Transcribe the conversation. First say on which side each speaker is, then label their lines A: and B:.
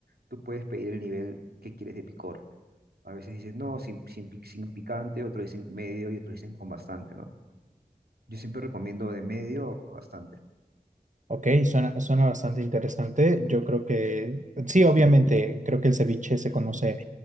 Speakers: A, on the right (about 85°); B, on the right (about 50°).
A: tú puedes pedir el nivel que quieres de picor. A veces dicen, no, sin, sin, pic- sin picante, otros dicen medio y otros dicen con bastante, ¿no? Yo siempre recomiendo de medio a bastante.
B: Ok, suena, suena bastante interesante. Yo creo que, sí, obviamente, creo que el ceviche se conoce